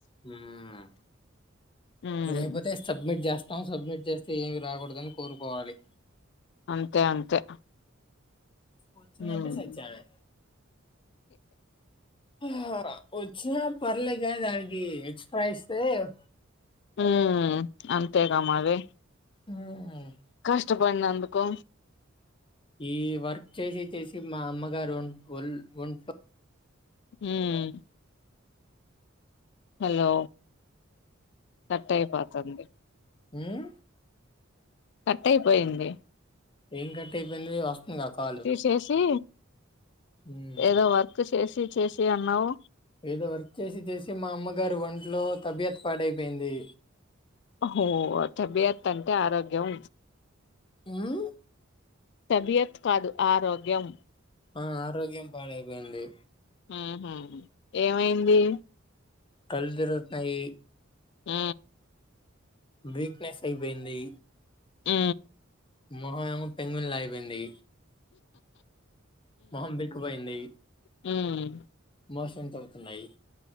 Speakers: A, on the left (about 25°); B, on the left (about 60°).
A: ఉమ్
B: ఉమ్,
A: ఇది అయిపోతే సబ్మిట్ చేస్ త సబ్మిట్ చేస్తే ఏమి రాకూడదు అని కోరుకోవాలి.
B: అంతే అంతే
A: వచ్చినయ్
B: ఉమ్
A: అంటే సచ్చావే ఆ వచ్చినా పర్లేగని దానికి ఏస్ ప్రై సేవ్
B: ఉమ్ అంతేగా మరి
A: ఉమ్
B: కష్టపడి అందుకో
A: ఈ వర్క్ చేసి చేసి మా అమ్మగారు ఓన్ ఓల్ వొంట్లో
B: ఉమ్ హలో కట్ అయ్ పోతుంది.
A: మ్
B: కటైయిపోయింది
A: ఏం కట్ అయిపోయింది వస్తుంద్గా కాలు
B: చేసి
A: ఉమ్
B: ఏదో వర్క్ షేసి చేసి అన్నావు
A: ఏదో వర్క్ చేసి చేసి మా అమ్మగారు ఒంట్లో తబ్యత్ పాడైపోయింది
B: ఒహో తబియత్తంటే ఆరోగ్యం
A: మ్
B: తబియత్ కాదు ఆరోగ్యం
A: ఆ ఆరోగ్యం పాడైపోయింది
B: మ్ హ్ ఏవైంది
A: కల్ దిరుగ్తున్నాయి
B: మ్
A: వీక్నెస్ అయిబోయింది
B: మ్
A: మొహం ఏమొ పెంగ్విన్ లా పోయింది మొహం బీక్కుబోయింది
B: మ్
A: మోషన్స్ అవ్తున్నాయి